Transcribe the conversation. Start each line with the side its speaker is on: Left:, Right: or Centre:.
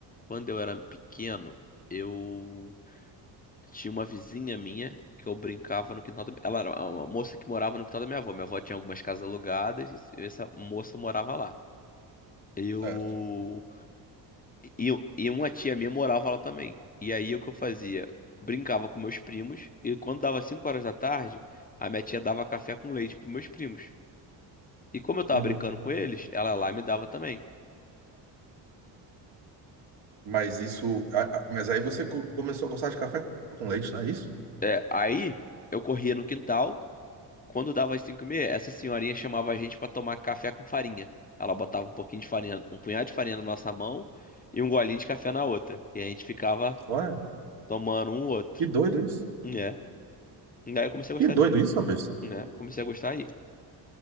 Left: Quando eu era pequeno, eu tinha uma vizinha minha que eu brincava no quintal da... Ela era uma moça que morava no quintal da minha avó. Minha avó tinha algumas casas alugadas e essa moça morava lá. Eu...
Right: Certo.
Left: E, e uma tia minha morava lá também. E aí o que eu fazia? Brincava com meus primos e quando dava 5 horas da tarde, a minha tia dava café com leite pros meus primos. E como eu tava
Right: Uhum.
Left: brincando com eles, ela lá me dava também.
Right: Mas isso, a- a- mas aí você co- começou a gostar de café com leite, não é isso?
Left: É, aí eu corria no quintal Quando dava as 5 e meia, essa senhorinha chamava a gente pra tomar café com farinha. Ela botava um pouquinho de farinha, um punhado de farinha na nossa mão e um golinho de café na outra. E a gente ficava
Right: Olha,
Left: tomando um outro.
Right: que doido isso.
Left: Né? Daí eu comecei
Right: Que
Left: a gostar
Right: doido
Left: de.
Right: isso, rapaz.
Left: Né? Comecei a gostar aí.